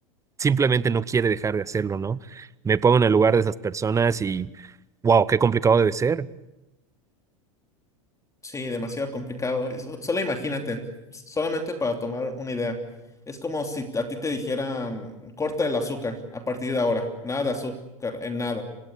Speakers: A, on the right; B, on the left.
A: simplemente no quiere dejar de hacerlo, ¿no? Me pongo en el lugar de esas personas y, wow, qué complicado debe ser.
B: Sí, demasiado complicado. Eso- Solo imagínate, solamente para tomar una idea. Es como si a ti te dijeran, corta el azúcar a partir de ahora, nada de azúcar, en nada.